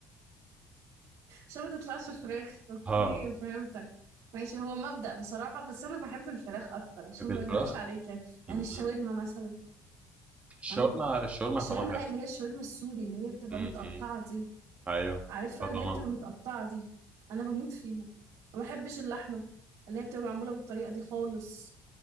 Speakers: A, on the right; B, on the right.
A: عشان ما تطلعش فراخ اوكي
B: ها
A: فهمتك ماشي هو مبدأ بصراحة بس انا بحب الفراخ اكتر عشان
B: تحب الفراخ
A: ما اكذبش عليك يعني يعني
B: م-
A: الشاورما
B: م.
A: مثلا
B: الشاورما
A: اه
B: الشاورما
A: الشاورما
B: طعمها حلو
A: لا اللي هي الشاورما السوري اللي هي بتبقى
B: م-
A: متقطعة
B: م.
A: دي
B: ايوه
A: عارفها
B: طبعا
A: اللي هي بتبقى متقطعة دي أنا بموت فيها ما بحبش اللحمة اللي هي بتبقى معمولة بالطريقة دي خالص